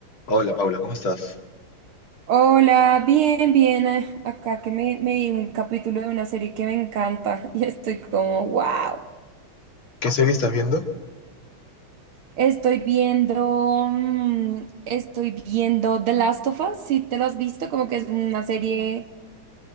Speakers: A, on the left; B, on the right.
A: Hola Paula, ¿cómo estás?
B: Hola, bien, bien. eh, Acá que me, me vi un capítulo de una serie que me encanta <laughs> y estoy como, wow.
A: ¿Qué serie estás viendo?
B: Estoy viendo, mm, estoy viendo The Last of Us, si te lo has visto, como que es una serie,